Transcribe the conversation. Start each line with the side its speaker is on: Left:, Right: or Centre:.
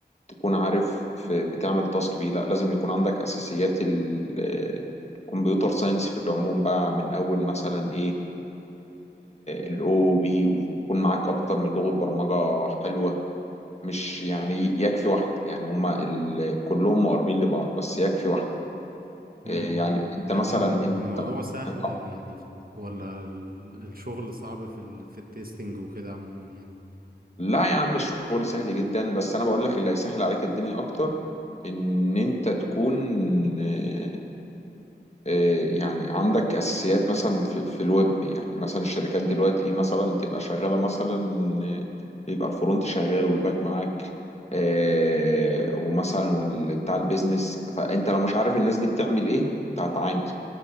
Left: تكون عارف بتعمل تاسك بيه لا لازم يكون عندك اساسيات ال- الكمبيوتر ساينس في العموم بقى من اول مثلا ايه الاو بي ويكون معاك اكتر من لغة برمجة حلوة مش يعني يكفي واحد يعني هما ال... كلهم مقربين لبعض بس يكفي واحد
Right: مم.
Left: آه، يعني انت
Right: لكن
Left: مثلا انت
Right: الموضوع سهل
Left: انت-
Right: يعني ولا ال- الشغل صعب في ال في التستنج وكده عموما يعني
Left: لا يا عم الشغل سهل جدا بس انا بقول لك اللي هيسهل عليك الدنيا اكتر ان انت تكون آه، آه، يعني عندك اساسيات مثلا في, في الويب يعني مثلا الشركات دلوقتي ايه مثلا تبقى شغاله مثلا يبقى الفرونت شغال والباك معاك آه، ومثلا وال- بتاع البيزنس فانت لو مش عارف الناس دي بتعمل ايه انت هتعاني